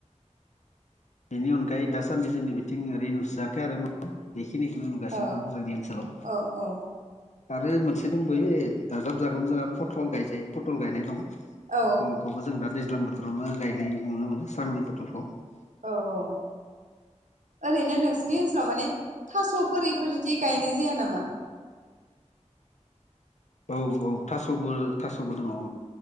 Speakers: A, on the left; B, on the right.
A: बेनि अनगायै दासान्दि जोंनि बिथिं ओरै नुस्रायाखै आरो बेखिनिखौनो नुगासिनो
B: औ
A: दं जोंनि ओनसोलाव
B: औ औ
A: आरो मोनसे दोंबयो दाजाब जागोन जोंहा फटल गायजायो, फटल गायनाय दं
B: औ
A: फलखौबो जों जों दा दैज्लां बोथोरावनो गायनाय नुनो मोनो सांनि पथलखौ।
B: औ औ। ओरैनो नोंसि बिनि ओनसोलाव माने थास'फोर बेफोरबायदि गायनाय जाया नामा?
A: औ औ थास'बो थास'बो दङ औ।